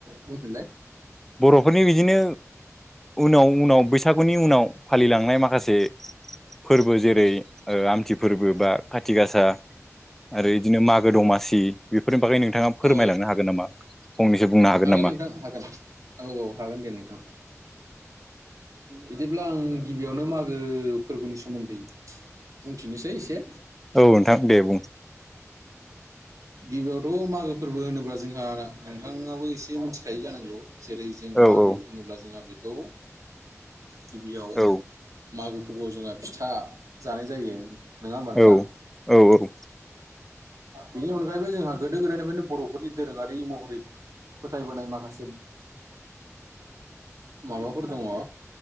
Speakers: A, on the right; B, in the centre.
A: बुंफिनलाय?
B: बर'फोरनि बिदिनो उनाव उनाव बैसागुनि उनाव फालिलांनाय माखासे फोरबो जेरै ओ आमथि फोरबो बा खाथि गासा आरो बिदिनो मागो दमासि बेफोरनि बागै नोंथाङा फोरमायलांनो
A: औ
B: हागोन नामा फंनैसो बुंनो हागोन।
A: हागोन
B: नामा?
A: नोंथां हागोन औ औ हागोन दे नोंथां। बिदिब्ला आं गिबियावनो मागो फोरबोनि सोमोन्दै बुंथिनोसै एसे।
B: औ नोंथां दे बुं।
A: गिबियावथ' मागो फोरबो होनोब्ला जोंहा नोंथाङाबो एसे मिथिखायो जानांगौ? जेरै जों
B: औ
A: मागो
B: औ
A: होनोब्ला जोंहा बेखौ गिबियाव
B: औ
A: मागो फोरबोआव जोंहा फिथा जानाय जायो। नङा होमबा नोंथां
B: औ औ औ
A: बेनि अनगायैबो जोंहा गोदो गोदायनिफ्रायनो बर'फोरनि दोरोङारि महरैबो फोथायबोनाय माखासे माबाफोर दङ